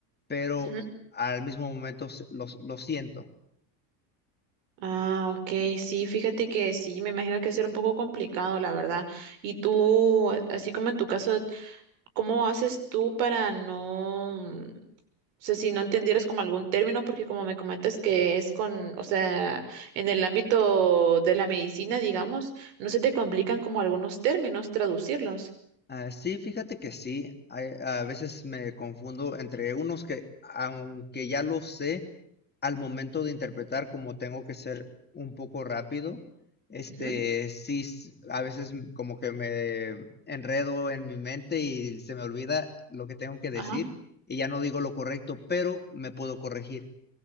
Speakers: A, on the left (about 20°); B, on the right (about 75°).
A: pero
B: oh.
A: al mismo momento se- los- lo siento.
B: Ah, ok, sí, fíjate que sí, me imagino que será un poco complicado, la verdad. Y tú, a- así como en tu caso, ¿cómo haces tú para no, o sea, si no entendieras como algún término, porque como me comentas que es con, o sea, en el ámbito de la medicina, digamos, no se te complican como algunos términos traducirlos.
A: Ah, sí, fíjate que sí. hay- a veces me confundo entre unos que, aunque ya lo sé, al momento de interpretar, como tengo que ser un poco rápido, este,
B: Ujú,
A: sí, s- a veces m- como que me enredo en mi mente y se me olvida lo que tengo que decir
B: Ajá.
A: y ya no digo lo correcto, pero me puedo corregir.